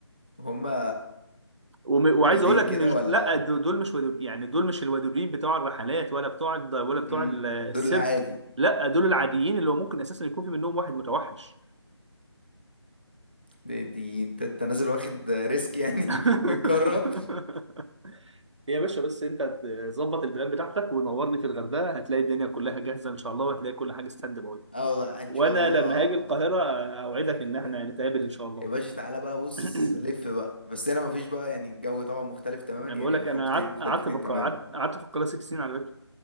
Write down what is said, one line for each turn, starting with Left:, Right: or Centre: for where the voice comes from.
Left: هما
Right: وم...
Left: ودودين
Right: وعايز اقول لك
Left: كده
Right: مش
Left: ولا
Right: لا دو- دول مش ودور... يعني دول مش الودورين بتوع الرحلات ولا بتوع الد... ولا بتوع
Left: امم
Right: ال- السيرك
Left: دول العادي
Right: لا دول العاديين اللي هو ممكن اساسا يكون في منهم واحد متوحش
Left: دي, دي انت انت نازل واخد ريسك يعني
Right: <laughs>
Left: <laughs> بتجرب
Right: يا باشا بس انت تظبط البلان بتاعتك ونورني في الغردقه هتلاقي الدنيا كلها جاهزه ان شاء الله وهتلاقي كل حاجه ستاند باي
Left: اه والله ان
Right: وانا
Left: شاء الله
Right: لما هاجي القاهره اوعدك
Left: كده كده كبلان
Right: ان احنا نتقابل ان شاء الله
Left: يا باشا تعالى بقى بص
Right: <clears throat>
Left: لف بقى بس هنا مفيش بقى يعني الجو طبعا مختلف تماما
Right: انا بقول
Left: يعني
Right: لك
Left: خروجتين
Right: انا قعدت
Left: مختلفتين
Right: قعدت في القا-
Left: تماما
Right: قعدت قعدت في القاهره ست سنين على فكره